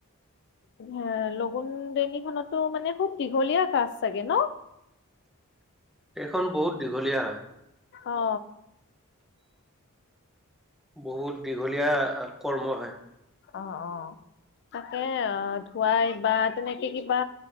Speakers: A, on the left; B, in the centre.
A: এ লগুন দেনিখনতো মানে খুব দীঘলীয়া কাজ চাগে ন?
B: এইখন বহুত দীঘলীয়া হয়।
A: অ
B: বহুত দীঘলীয়া কৰ্ম হয়।
A: অ অ তাকে অ ধুৱাই বা তেনেকে কিবা